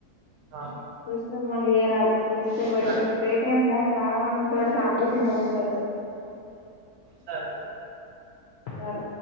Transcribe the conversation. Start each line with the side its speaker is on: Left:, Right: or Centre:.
Right: ఆ
Left: చూసుకొని మళ్ళీ చేయ రాదు చేస్తే బెట్టర్
Right: సరే
Left: ఇప్పుడు డే టైమ్ లో చాలా మంది ఉంటారుకట్టి కాంపిటీషన్ పెరుగుతది
Right: సరే
Left: సరే